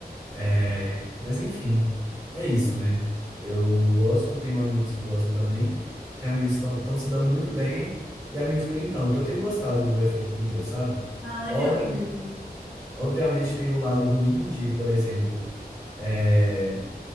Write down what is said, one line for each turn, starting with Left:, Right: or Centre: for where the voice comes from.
Right: É, mas enfim, é isso, né? Eu gosto, tenho amigos que gostam também, tenho amigos que estão se dando muito bem e amigos que nem tanto. Eu tenho gostado do efeito do meu, sabe?
Centre: Ah, legal,
Right: Obviamente,
Centre: amigo.
Right: obviamente tem o lado ruim de, por exemplo, é,